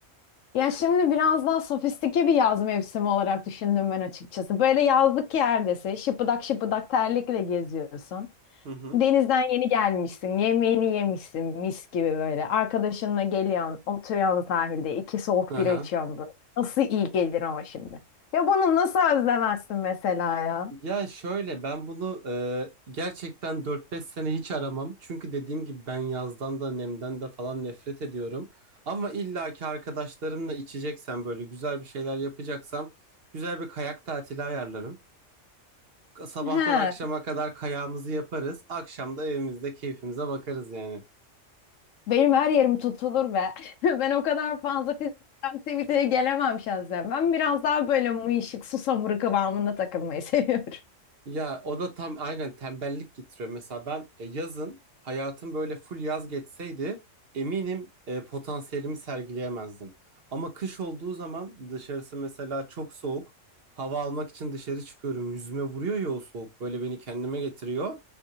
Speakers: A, on the left; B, on the right.
A: Ya şimdi biraz daha sofistike bir yaz mevsimi olarak düşündüm ben açıkçası. Böyle yazlık yerdesin, şıpıdak şıpıdak terlikle geziyorsun.
B: Hı hı.
A: Denizden yeni gelmişsin, yemeğini yemişsin mis gibi böyle. Arkadaşınla geliyorsun, oturuyorsun sahilde, iki soğuk
B: Aha.
A: bira içiyorsun böyle. Nasıl iyi gelir ama şimdi. Ya bunu nasıl özlemezsin mesela ya?
B: Ya şöyle ben bunu e, gerçekten dört beş sene hiç aramam. Çünkü dediğim gibi ben yazdan da nemden de falan nefret ediyorum. Ama illaki arkadaşlarımla içeceksem böyle güzel bir şeyler yapacaksam güzel bir kayak tatili ayarlarım. Sabahtan
A: He,
B: akşama kadar kayağımızı yaparız. Akşam da evimizde keyfimize bakarız yani.
A: benim her yerim tutulur be. <laughs> Ben o kadar fazla fiziksel aktiviteye gelemem şahsen. Ben biraz daha böyle mıyışık, susamuru kıvamında takılmayı <laughs> seviyorum.
B: Ya o da tam aynen tembellik getiriyor. Mesela ben e, yazın hayatım böyle full yaz geçseydi eminim e, potansiyelimi sergileyemezdim. Ama kış olduğu zaman dışarısı mesela çok soğuk. Hava almak için dışarı çıkıyorum. Yüzüme vuruyor ya o soğuk. Böyle beni kendime getiriyor.